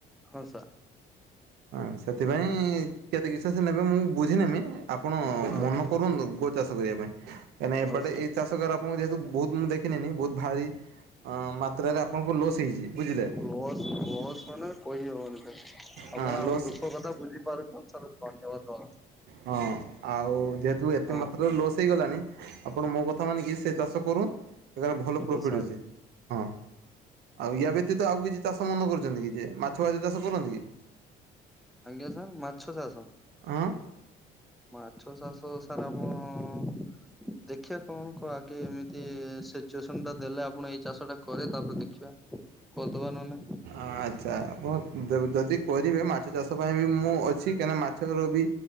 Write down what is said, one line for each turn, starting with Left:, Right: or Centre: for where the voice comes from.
Centre: ହଁସ
Right: ହଁ ସେଥିପାଇଁ କେତେ କିଛି ସେ ନେବେ ମୁଁ ବୁଝି ନେମି। ଆପଣ
Centre: ହଉ
Right: ମନ କରୁନ୍ତୁ ଗୋ ଚାଷ କରିବା ପାଇଁ କାହିଁକିନା ଏବାଡେ
Centre: ହଉ ସାର୍
Right: ଏଇ ଚାଷ ଆପଣଙ୍କୁ ଯେହେତୁ ବହୁତ ମୁଁ ଦେଖିନେନି ବହୁତ ଭାରି ମାତ୍ରାରେ ଆପଣଙ୍କୁ ଲୋସ୍ ହେଇଛି ବୁଝିଲେ।
Centre: ବସ୍ ବସ୍ ମାନେ କହିହବନି କି
Right: ହଁ
Centre: ଆପଣ ଆମ
Right: ଲସ୍
Centre: ଦୁଃଖ କଥା ବୁଝିପାରୁଛନ୍ତି ତାଲେ ଧନ୍ୟବାଦ।
Right: ହଁ ଆଉ ଯେହେତୁ ଏତେ
Centre: ହଁ
Right: ମାତ୍ରରେ ଲସ୍ ହେଇଗଲାଣି। ଆପଣ ମୋ କଥା ମାନିକି ସେ ଚାଷ କରୁ ସେ ଭଲ ପ୍ରଫିଟ୍
Centre: ହଉ ସାର୍।
Right: ଅଛି। ହଁ ଆଉ ୟା ବ୍ୟତୀତ ଆଉ କିଛି ଚାଷ ମନେ କରୁଛନ୍ତି କି ଯେ ମାଛ ମାଛ ଚାଷ କରନ୍ତି କି?
Centre: ଆଜ୍ଞା ସ ମାଛ ଚାଷ।
Right: ହଁ
Centre: ମାଛ ଚାଷ ସାର ଆମ ଦେଖିବା କଣ କ ଆଗେ ଏମିତି ସିଚୁଏସନ ଟା ଦେଲେ ଆପଣ ଏଇ ଚାଷ ଟା କରେ ତାପରେ ଦେଖିବା। କତ ବ ନୁ ନା
Right: ଆଚ୍ଛା ଆପଣ ଯଦି କରିବେ ମାଛ ଚାଷ ପାଇଁ ବି ମୁଁ ଅଛି କାହିଁକିନା ମାଛର ବି